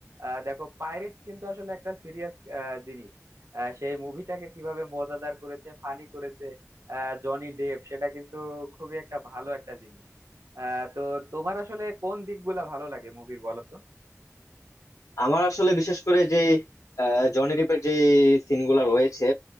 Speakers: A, on the right; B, on the left.
A: আহ, দেখো পাইরেটস কিন্তু আসলে একটা সিরিয়াস জিনিস আহ, সেই মুভিটাকে কিভাবে মজাদার করেছে ফানি করেছে আহ, জনি ডেভ সেটা কিন্তু খুবই একটা ভালো একটা জিনিস আহ, তো তোমার আসলে কোন দিকগুলা ভালো লাগে মুভির বলো তো
B: আমার আসলে বিশেষ করে যে আহ, জনি ডিপের যে সিনগুলো রয়েছে